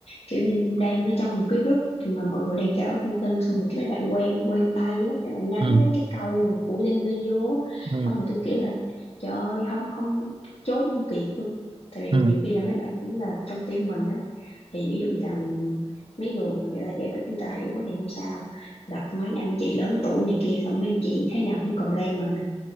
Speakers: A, on the left; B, on the right.
A: kiểu như đang ở trong một cái group mà mọi người đang trao đổi thông tin xong rồi cái mấy bạn quen quen tay á mấy bạn nhắn
B: ừ
A: mấy cái câu mà của Gen Z vô á
B: ừ
A: xong rồi tôi kiểu là trời ơi không không trốn không kịp luôn tại vì
B: ừ
A: nhiều khi là mấy bạn cũng là trong team mình á thì ví dụ như là mấy người mà người ta giải thích người ta hiểu thì không sao gặp mấy anh chị lớn tuổi này kia xong mấy anh chị thế nào cũng complain mình à.